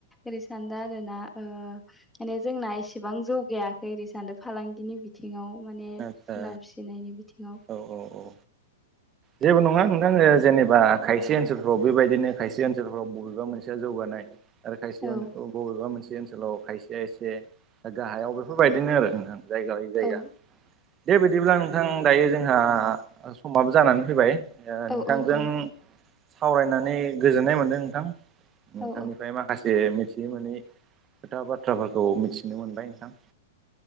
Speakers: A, in the centre; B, on the right (about 20°).
A: ओरै सान्दों आरोना ओ माने जोंना एसेबां जौगायाखै ओरै सान्दों फालांगिनि बि थिङाव माने
B: आदसा
A: जुनार फिसिनायनि बिथिङाव
B: औ औ औ जेबो नङा नोंथां ओ जेनेबा खायसे ओनसोलफ्राव बेबायदिनो खायसे ओनसोलफ्राव बबेबा मोनसेया जौगानाय आरो खायसे
A: औ
B: माने बबेबा मोनसे ओनसोलाव खायसेया एसे गाहायाव बेफोरबायदिनो आरो नोंथां जायगा लायै जायगा
A: औ
B: दे बिदिब्ला नोंथां दायो जोंहा समाबो जानानै फैबाय ओ
A: औ
B: नोंथांजों
A: औ औ
B: सावरायनानै गोजोननाय मोनदों नोंथां नोंथांनिफ्राय
A: औ
B: माखासे मिथियै मोनै खोथा बाथ्राफोरखौ मिथिनो मोनबाय नोंथां